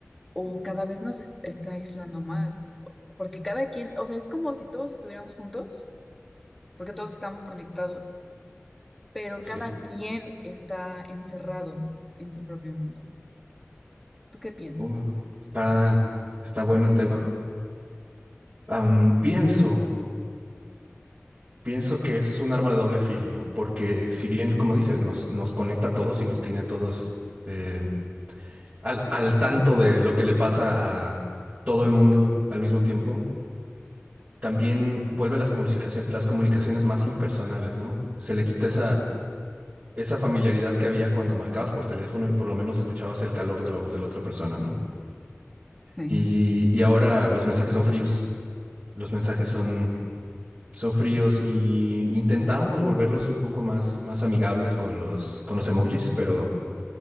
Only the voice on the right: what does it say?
Sí,
Uh, está, está bueno el tema. Am, pienso, pienso que es un arma de doble filo, porque si bien, como dices, nos, nos conecta a todos y nos tiene a todos eh, al, al tanto de lo que le pasa a todo el mundo al mismo tiempo, también vuelve las comunicaciones, las comunicaciones más impersonales, ¿no? Se le quita esa, esa familiaridad que había cuando marcabas por teléfono y por lo menos escuchabas el calor de la voz de la otra persona, ¿no?
Y, y ahora los mensajes son fríos, los mensajes son, son fríos y intentamos volverlos un poco más, más amigables con los, con los emojis, pero,